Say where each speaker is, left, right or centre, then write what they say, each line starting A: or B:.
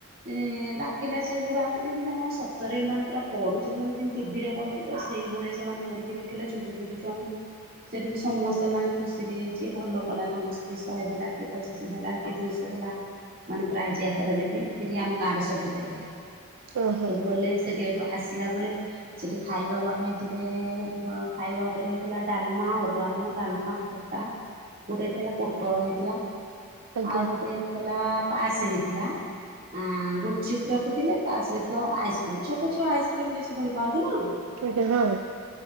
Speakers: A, on the right; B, on the right.
A: ଏ ଲାଗିଲା ସେଗୁଡା ମାନେ ଯେମିତି କଣ ସତରେମାନେ ପୁରା କରୁଛନ୍ତି ମାନେ ଯେମିତି ଟିଭିରେ କରନ୍ତି ପୁରା ସେଇଭଳିଆ ସେମାନେ କରିକି ଦେଖିଲେ ଛୋଟ ଛୋଟ ସେଠି ବି ସମସ୍ତେ ମାନେ ଖୁସିରେହ ଯିଏ ଭଲ କଲା ତାଙ୍କୁ କିଏ ଶହେ ଦେଲା କିଏ ପଚାଶେ ଦେଲା କିଏ ଦୁଇଶହ ଦେଲା। ମାନେ ପ୍ରାୟ ଯ ଆକାରରେ ବି ଏଠି ଆମ ଗାଁ ରେ ସବୁ ଦେଲେ
B: ଓହୋ
A: ସବୁ ଗଲେ ସେ ବେଠୁ ଆସିଲା ବେଳେ ସେଠି ଖାଇବା ବନେଇଥିଲେ ଖାଇବା ଉପରେ ହେଇଥିଲା ଡାଲମା ଅରୁଆନ ଡାଲମା ଖଟା ଗୋଟେ ହେଇଥିଲା ପୋଟଳ ହେଇଥିଲା।
B: ଆଜ୍ଞା
A: ଆଉ ଗୋଟେଥିଲା ପାସ ହେଇଥିଲା। ଆ ଗୁପଚୁପ୍ ରଖିଥିଲେ ତା ସହିତ ଆଇସ୍କ୍ରିମ୍ ଛୋଟ ଛୁଆ ଆଇସ୍କ୍ରିମ୍ ବେଶୀ ଭଲ ପାଆନ୍ତି ନାଁ।
B: ଆଜ୍ଞା ହଁ।